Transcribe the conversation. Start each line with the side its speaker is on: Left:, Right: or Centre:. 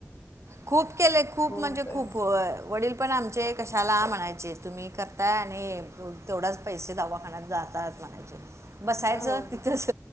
Right: खूप केलय, खूप
Left: मग
Right: मणजे
Left: त्यांचं
Right: खूप, आ वडील पण आमचे कशाला मणायचे तुमी करताय आणि तेवडाच पैसे दवाखान्यात जातायेत म्हने. बसायचं
Left: हो ना
Right: तिथच